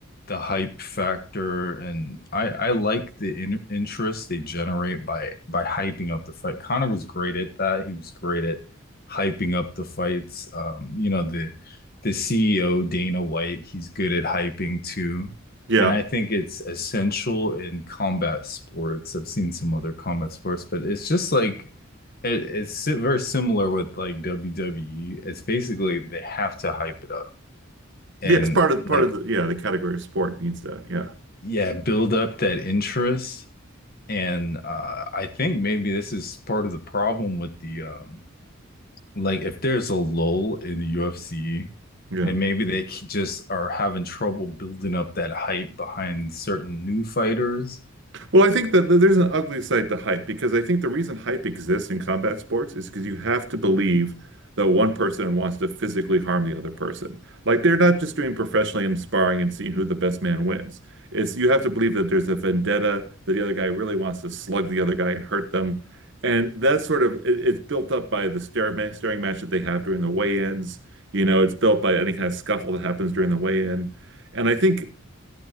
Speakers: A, on the left (about 45°); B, on the right (about 60°).
A: the hype factor and I I like the in interest they generate by by hyping up the fight. Connor was great at that. He was great at hyping up the fights. Um you know the the CEO Dana White, he's good at hyping too.
B: Yeah.
A: And I think it's essential in combat sports. I've seen some other combat sports, but it's just like it, it's si- very similar with like WWE. It's basically they have to hype it up and
B: Yeah, it's part of
A: like
B: part of the yeah, the category of sport needs that. Yeah.
A: yeah, build up that interest. And uh, I think maybe this is part of the problem with the um, like if there's a lull in the UFC,
B: Yeah.
A: and maybe they just are having trouble building up that hype behind certain new fighters.
B: Well, I think that there's an ugly side to hype because I think the reason hype exists in combat sports is because you have to believe that one person wants to physically harm the other person. Like they're not just doing professionally and sparring and seeing who the best man wins. It's you have to believe that there's a vendetta, that the other guy really wants to slug the other guy and hurt them. And that's sort of it, it's built up by the stare ma- staring match that they have during the weigh-ins. You know, it's built by any kind of scuffle that happens during the weigh-in. And I think